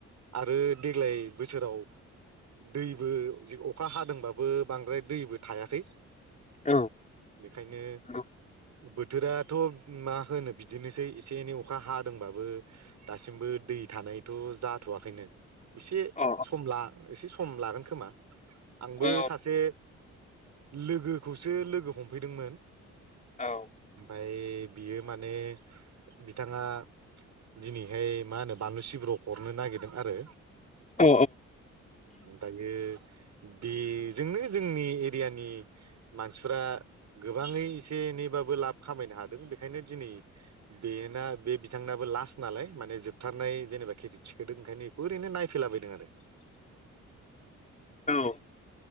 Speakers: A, on the right (about 60°); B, on the left (about 25°).
A: आरो देग्लाय बोसोराव दैबो अखा हादोंबाबो बांद्राय दैबो थायाखै
B: औ
A: बेखायनो
B: नंगौ।
A: बोथोराथ' मा होनो बिदिनोसै एसे एनै अखा हा दोंबाबो दासिमबो दै थानायथ' जाथ'वाखैनो एसे
B: अ औ
A: समला एसे सम लागोन खोमा आंबो
B: औ
A: सासे लोगोखौसो लोगो हमफैदोंमोन
B: औ
A: ओमफ्राय बियो माने बिथाङा दिनैहाय मा होनो बानलु सिब्रु हरनो नागिरदों आरो
B: औ
A: दायो बेजोंनो जोंनि एरियानि मानसिफ्रा गोबाङै एसे एनैबाबो लाब खामायनो हादों बेखायनो दिनै बेना बे बिथांनाबो लास्ट नालाय माने जोबथारनाय जेनेबा खेथि थिखोदों ओंखायनो बेखौ ओरैनो नायफैला बायदों आरो
B: औ